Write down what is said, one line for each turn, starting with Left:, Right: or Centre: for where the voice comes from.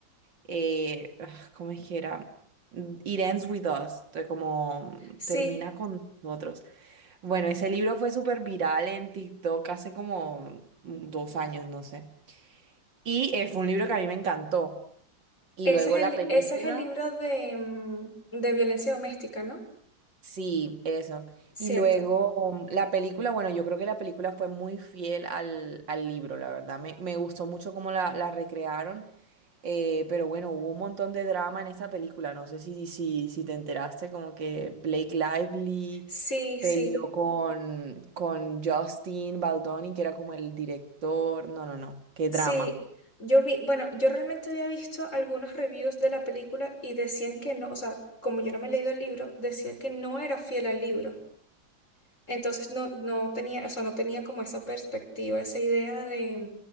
Right: eh, ah, ¿cómo es que era? Mm, It Ends With Us, te- como
Left: Sí,
Right: termina con nosotros. Bueno, ese libro fue súper viral en TikTok hace como mm, dos años, no sé. Y eh, fue un libro que a mí me encantó. Y
Left: ese
Right: luego
Left: es el,
Right: la película,
Left: ese es el libro de, mm, de violencia doméstica, ¿no?
Right: sí, eso.
Left: Cierto.
Right: Y luego um, la película, bueno, yo creo que la película fue muy fiel al, al libro, la verdad. Me, me gustó mucho cómo la, la recrearon. Eh, pero bueno, hubo un montón de drama en esta película. No sé si, si, si te enteraste, como que Blake Lively
Left: Sí,
Right: peleó
Left: sí.
Right: con, con Justin Baldoni, que era como el director. No, no, no. Qué
Left: Sí,
Right: drama.
Left: yo vi, bueno, yo realmente había visto algunos reviews de la película y decían que no, o sea, como yo no me he leído el libro, decía que no era fiel al libro. Entonces no, no tenía, eso no tenía como esa perspectiva, esa idea de,